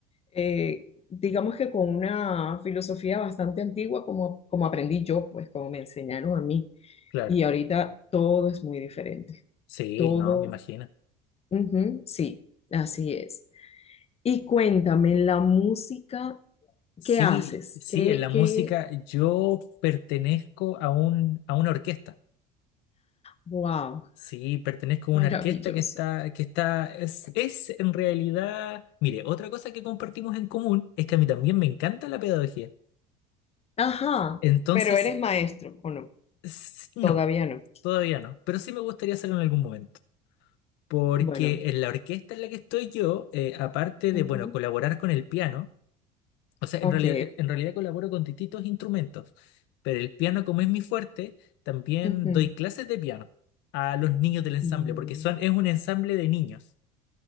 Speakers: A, on the left; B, on the left.
A: eh, digamos que con una filosofía bastante antigua como, como aprendí yo, pues como me enseñaron a mí.
B: Claro,
A: Y ahorita todo es muy diferente.
B: sí,
A: Todo,
B: no, me imagino.
A: ujú, sí, así es. Y cuéntame, la música,
B: Sí,
A: ¿qué haces?
B: sí,
A: ¿Qué,
B: en la música
A: qué?
B: yo pertenezco a un, a una orquesta.
A: Wow,
B: Sí, pertenezco a
A: maravilloso.
B: una orquesta que está, que está, es, es en realidad, mire, otra cosa que compartimos en común es que a mí también me encanta la pedagogía.
A: Ajá,
B: Entonces,
A: pero eres maestro, ¿o no?
B: s- no,
A: Todavía no.
B: todavía no, pero sí me gustaría hacerlo en algún momento. Porque
A: Bueno,
B: en la orquesta en la que estoy yo, eh, aparte
A: ujú,
B: de, bueno, colaborar con el piano, o sea,
A: ok.
B: en realidad, eh, en realidad colaboro con distintos instrumentos, pero el piano como es mi fuerte, también
A: ujú.
B: doy clases de piano a los niños del ensamble,
A: Mm,
B: porque son, es un ensamble de niños.